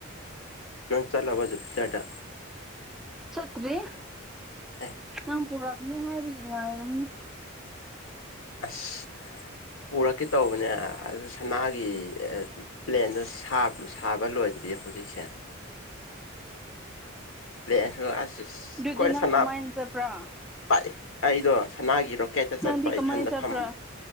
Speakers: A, on the left (about 80°); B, in the centre.
A: ꯅꯪ ꯆꯂꯣ ꯁꯨꯨ ꯆꯇ
B: ꯆꯠꯇ꯭ꯔꯤ
A: ꯍ
B: ꯏ ꯄꯨꯔꯛꯗꯅꯤ ꯍꯥꯏ ꯌꯥꯔꯅꯤ
A: ꯑꯁ ꯄꯨꯔꯛꯀꯦ ꯇꯧꯕꯅꯦ ꯑꯗꯨ ꯁꯅꯥꯒꯤ ꯄ꯭ꯂꯦꯟꯗꯨ ꯁꯥꯕ ꯂꯣꯏꯗ꯭ꯔꯤꯌꯦ ꯍꯧꯖꯤꯛꯁꯦ ꯂꯩ ꯑꯁ ꯑꯩꯈꯣꯏ
B: ꯑꯗꯨꯗꯨꯗꯤ ꯅꯪ
A: ꯁꯅꯥ
B: ꯀꯃꯥꯏꯅ ꯆꯕ꯭ꯔꯥ
A: ꯄꯥꯏ ꯑꯩꯗꯣ ꯁꯅꯥꯒꯤ ꯔꯣꯀꯦꯠꯇ ꯆꯠꯄ
B: ꯅꯪꯗꯤ ꯀꯃꯥꯏꯅ
A: ꯏꯊꯟꯗ
B: ꯆꯠꯄ꯭ꯔꯥ
A: ꯐ